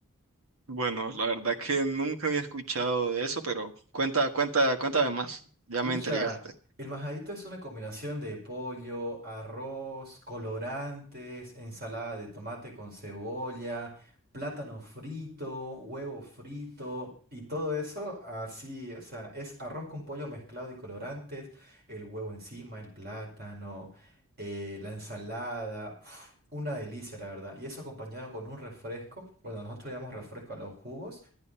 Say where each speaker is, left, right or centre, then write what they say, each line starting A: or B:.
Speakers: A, on the right (about 65°); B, on the right (about 45°).
A: Bueno, la verdad que nunca había escuchado de eso, pero cuenta, cuenta, cuéntame más. Ya
B: Pucha,
A: me entregaste.
B: el majadito es una combinación de pollo, arroz, colorantes, ensalada de tomate con cebolla, plátano frito, huevo frito y todo eso así, o sea, es arroz con pollo mezclado y colorantes, el huevo encima, el plátano, eh, la ensalada, uf, una delicia la verdad. Y eso acompañado con un refresco, bueno, nosotros le llamamos refresco a los jugos